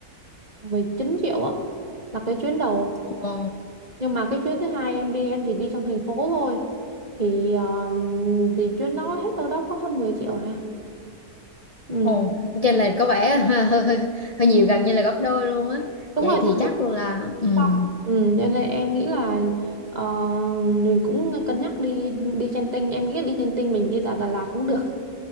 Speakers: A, on the right; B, on the left.
A: 19 triệu á là cái chuyến đầu
B: Ồ.
A: nhưng mà cái chuyến thứ hai em đi em chỉ đi trong thành phố thôi thì ờ, thì chuyến đó hết đâu đó có hơn 10 triệu à ừ.
B: Ồ, trên là có vẻ hơi, hơi, hơi, hơi nhiều gần như là gấp đôi luôn á.
A: đúng
B: Vậy
A: rồi
B: thì chắc
A: giờ
B: là ừm.
A: lắm ừ. cho nên em nghĩ là ờ, mình cũng cân nhắc đi đi trên tinh em nghĩ đi trên tinh mình đi Đà, Đà Lạt cũng được